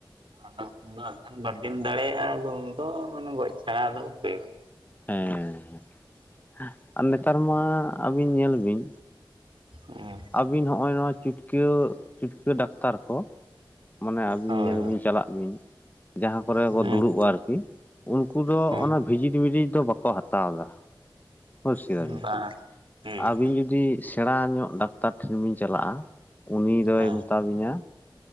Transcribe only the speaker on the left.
ᱦᱮᱸᱮ ᱟᱨ ᱱᱮᱛᱟᱨ ᱢᱟ ᱟᱹᱵᱤᱱ ᱧᱮᱞ ᱵᱤᱱ
ᱟᱵᱤᱱ ᱦᱚᱜᱼᱚᱭ ᱱᱚᱣᱟ ᱪᱩᱴᱠᱟᱹ ᱪᱩᱴᱠᱟᱹ ᱰᱟᱠᱛᱟᱨ ᱠᱚ ᱢᱟᱱᱮ ᱟᱹᱵᱤᱱ
ᱧᱮᱞ ᱵᱤᱱ ᱪᱟᱞᱟᱜ ᱵᱤᱱ ᱡᱟᱦᱟᱸ ᱠᱚᱨᱮ
ᱵᱚ ᱫᱩᱲᱩᱵᱼᱟ ᱟᱨᱠᱤ, ᱩᱱᱠᱩ ᱫᱚ
ᱚᱱᱟ ᱵᱷᱤᱡᱤᱴ ᱢᱤᱨᱤᱡ ᱫᱚ ᱵᱟᱠᱚ ᱦᱟᱛᱟᱣ ᱮᱫᱟ᱾ ᱵᱩᱡ ᱠᱮᱫᱟ
ᱵᱤᱱ
ᱟᱵᱤᱱ ᱡᱩᱫᱤ ᱥᱮᱲᱟ ᱧᱚᱜ ᱰᱟᱠᱛᱟᱨ ᱴᱷᱮᱱ ᱵᱤᱱ ᱪᱟᱞᱟᱜᱼᱟ ᱩᱱ ᱫᱚᱭ
ᱢᱮᱛᱟ ᱵᱤᱱᱟ